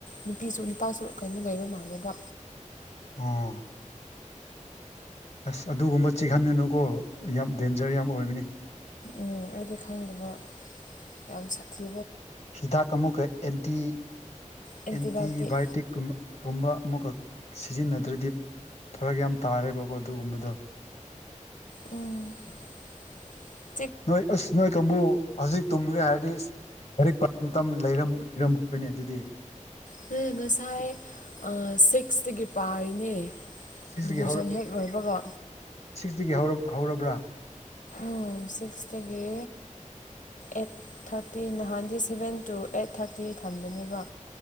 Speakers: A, on the left; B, on the left.
A: ꯅꯨꯄꯤꯁꯨ ꯅꯨꯄꯥꯁꯨ ꯀꯩꯅꯣ ꯂꯩꯕ ꯃꯥꯜꯂꯦꯕ
B: ꯑꯣꯑꯣ ꯑꯥꯁ ꯑꯗꯨꯒꯨꯝꯕ ꯆꯤꯍꯟꯒꯅꯨꯀꯣ ꯌꯥꯝꯗꯦꯟꯖꯔ ꯌꯥꯝꯑꯣꯏꯕꯅꯤ
A: ꯎꯎꯪ ꯑꯩꯗꯤ ꯈꯪꯗꯕ ꯌꯥꯝ ꯁꯥꯊꯤ
B: ꯍꯤꯗꯥꯛ ꯑꯃꯨꯛꯀ ꯑꯦꯟꯇꯤ
A: ꯑꯦꯟꯇꯤꯕꯥꯌꯣꯇꯤꯛ
B: ꯑꯦꯟꯇꯤꯕꯥꯌꯑꯣꯇꯤꯛꯀꯨꯝꯕ ꯒꯨꯝꯕ ꯑꯃꯨꯛꯀ ꯁꯤꯖꯤꯟꯅꯗ꯭ꯔꯗꯤ ꯐꯥꯔꯛ ꯌꯥꯝ ꯇꯥꯔꯦꯕꯀꯣ ꯑꯗꯨꯒꯨꯝꯕꯗꯣ
A: ꯎꯪꯝ
B: ꯅꯣꯏ ꯑꯥꯁ ꯅꯣꯏ ꯀꯥꯡꯕꯨ ꯍꯧꯖꯤꯛ ꯇꯨꯝ UNINTELLIGIBLE
A: ꯍꯦ ꯉꯁꯥꯏ ꯑꯥꯁ ꯁꯤꯛꯁꯇꯒꯤꯄꯥꯔꯤꯅꯦ
B: ꯁꯤꯛꯁꯇꯒꯤ
A: ꯗꯤꯕꯣꯁꯟ ꯍꯦꯛꯂꯣꯏꯕꯒ
B: ꯁꯤꯒꯤ ꯍꯧꯔꯕ ꯍꯧꯔꯕ꯭ꯔꯥ
A: ꯎꯎꯪ ꯁꯤꯛꯁꯇꯒꯤ ꯑꯦꯠꯊꯥꯔꯇꯤ ꯅꯍꯥꯟꯗꯤ ꯁꯚꯦꯟ ꯇꯨ ꯑꯦꯠꯊꯥꯔꯇꯤ ꯊꯝꯕꯅꯦꯕ